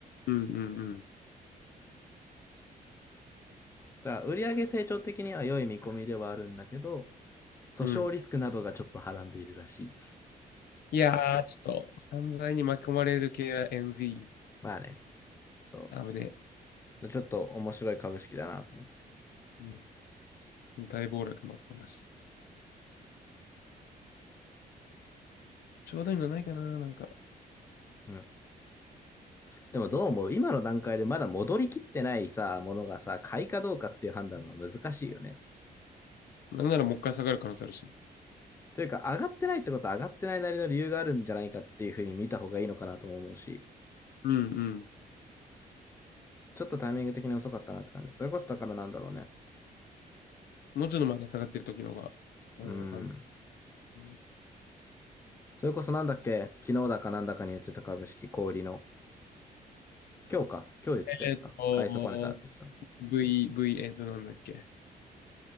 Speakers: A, on the left; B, on the left.
A: うん。うん。うん。
B: だから売上成長的には良い見込みではあるんだけど、訴訟リスクなどがちょっとはらんでいるらしい。
A: うんいやー、ちょっと、犯罪に巻き込まれる系は NZ。
B: まあね、そ
A: あぶねえ。
B: う。ちょっと面白い株式だなと思って。
A: うん大暴落もあったなし。ちょうどいいのないかな、なんか。
B: うん。でもどうも今の段階でまだ戻りきってないさ、ものがさ、買いかどうかっていう判断は難しいよね。
A: なんならもう一回下がる可能性あるし。
B: というか、上がってないってことは上がってないなりの理由があるんじゃないかっていうふうに見た方がいいのかなとも思うし、
A: うんうん。
B: ちょっとタイミング的に遅かったなって感じです。それこそだからなんだろうね。
A: もうちょっと前に下がってる時の方が、うん、
B: うん。
A: 安全。
B: それこそなんだっけ、昨日だかなんだかに言ってた株式小売りの、今日か、今日言ってたやつか、
A: えーっと、
B: 買い損ねたって言ってた
A: V、V、えーっと、なんだっけ。